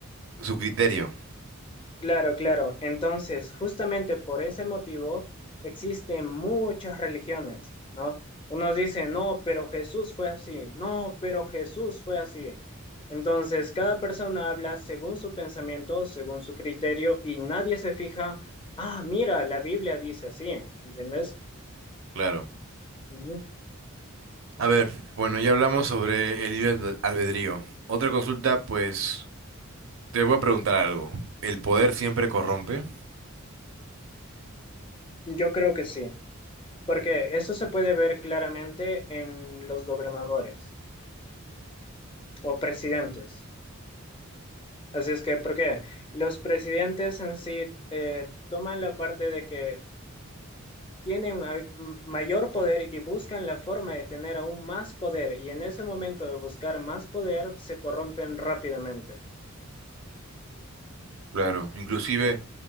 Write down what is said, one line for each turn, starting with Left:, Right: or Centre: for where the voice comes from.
Right: su criterio,
Left: Claro, claro. Entonces, justamente por ese motivo existen muchas religiones, ¿no? Unos dicen, no, pero Jesús fue así, no, pero Jesús fue así. Entonces, cada persona habla según su pensamiento, según su criterio, y nadie se fija, ah, mira, la Biblia dice así, ¿entiendes?
Right: claro.
Left: Ujú.
Right: A ver, bueno, ya hablamos sobre el libre albe- albedrío. Otra consulta, pues, te voy a preguntar algo. ¿El poder siempre corrompe?
Left: Yo creo que sí, porque eso se puede ver claramente en los gobernadores o presidentes. Así es que, porque los presidentes en sí eh, toman la parte de que tienen ma- m- mayor poder y buscan la forma de tener aún más poder, y en ese momento de buscar más poder se corrompen rápidamente.
Right: Claro, inclusive,